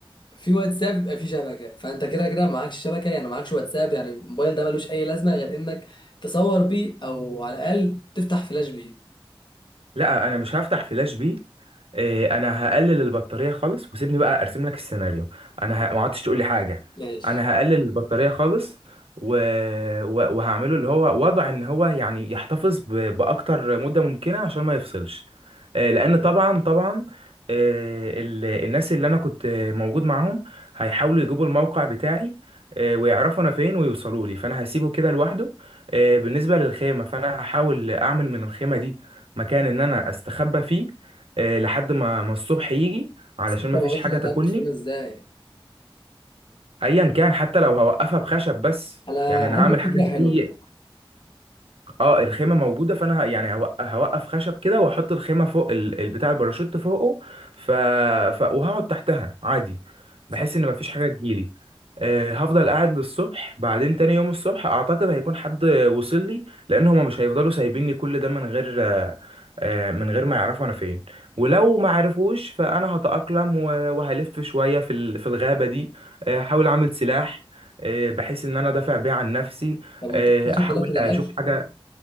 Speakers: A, on the left; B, on the right.
A: في واتساب يبقى في شبكه فانت كده كده معكش شبكه يعني معكش واتساب يعني الموبايل ده ملوش اي لازمه غير انك تصور بيه او على الاقل تفتح فلاش بيه
B: لا انا مش هفتح فلاش بي إيه، انا هقلل البطاريه خالص وسيبني بقى ارسم لك السيناريو انا ه... ما عدتش تقول لي حاجه
A: ماشي
B: انا هقلل البطاريه خالص و... و... وهعمله اللي هو وضع ان هو يعني يحتفظ ب... باكتر مده ممكنه عشان ما يفصلش إيه، لان طبعا طبعا إيه، ال... الناس اللي انا كنت موجود معاهم هيحاولوا يجيبوا الموقع بتاعي إيه، ويعرفوا انا فين ويوصلوا لي فانا هسيبه كده لوحده إيه، بالنسبه للخيمه فانا هحاول اعمل من الخيمه دي مكان ان انا استخبى فيه آه، لحد ما ما الصبح يجي علشان
A: بس انت
B: ما
A: ما
B: فيش
A: قلتش
B: حاجه
A: هتعمل
B: تاكلني
A: خيمه ازاي
B: ايا كان حتى لو هوقفها بخشب بس
A: انا
B: يعني
A: عندي
B: انا هعمل
A: فكره
B: حاجه
A: حلوه
B: زي اه الخيمه موجوده فانا ه- يعني هوق- هوقف خشب كده واحط الخيمه فوق ال- البتاع الباراشوت فوقه ف... ف... وهقعد تحتها عادي
A: صح
B: بحيث ان مفيش حاجه تجيلي آه، هفضل قاعد للصبح بعدين تاني يوم الصبح اعتقد هيكون حد وصل لي لان هما مش هيفضلوا سايبيني كل ده من غير آه، آه، من غير ما يعرفوا انا فين ولو ما عرفوش فانا هتأقلم و- وهلف شويه في ال- في الغابه دي آه، احاول اعمل سلاح آه، بحيث ان انا دافع بيه عن نفسي
A: طب وانت
B: آه،
A: مش واخد
B: احاول
A: بالك من الاكل
B: اشوف حاجه